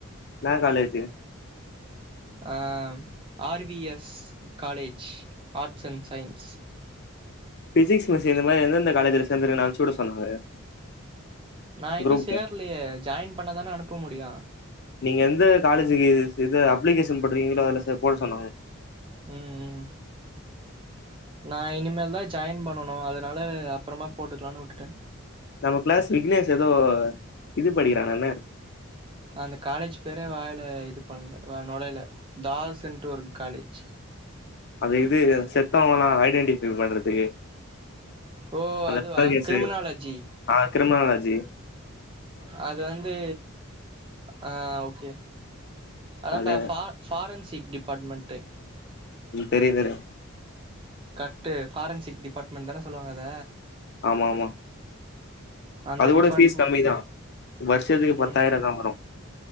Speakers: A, on the left (about 50°); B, on the right (about 25°).
A: என்னா காலேஜு
B: ஆ R V S college arts and science
A: physics miss இந்த மாதிரி எந்த எந்த காலேஜல சேந்துங்குறன்னு அன்ப்ச்வுட சொன்னாங்க
B: நா இன்னு
A: குரூப்ல
B: சேர்லையே ஜாயின் பண்ணதான அனுப்ப முடியு
A: நீ எந்த காலேஜுக்கு இத அப்ளிகேஷன் போட்டுருக்கீங்களோ அதுல போட சொன்னாங்க
B: ம் ம் நா இனிமேல் தா ஜாயின் பண்ணனு அத்னால அப்பறமா போட்டுக்கலான்னு வுட்டே
A: நம்ம க்ளாஸ் விக்னேஷ் எதோ இது படிக்கிறானா மே
B: அந்த காலேஜ் பேரே வாயில இது பண்ணல நொழைல தாஸ்ன்ட்டு ஒரு காலேஜ்
A: அந்த இது செத்தவங்க‌ல்லா ஐடென்டிஃபை பண்றதுக்கு
B: ஓ
A: அநத
B: அதுவா
A: கொல் கேஸ்சு
B: கிரிமினாலஜி
A: ஆ கிரிமானாலாஜி
B: அது வந்து ஆ ஓகே அதான்டா
A: அத
B: ஃபார் ஃபாரன்சிக் டிபார்ட்மண்ட்டு
A: ம் தெரியு தெரியு
B: கர்ட்டு ஃபாரன்சிக் டிபார்ட்மெண்ட் தான சொல்வாங்க அத
A: ஆமா ஆமா
B: அந்த
A: அதுவோட
B: டிபார்ட்மெண்ட்
A: ஃபீஸ் கம்மி தா வருஷத்துக்கு
B: ம்
A: பத்தாயிரதா வரு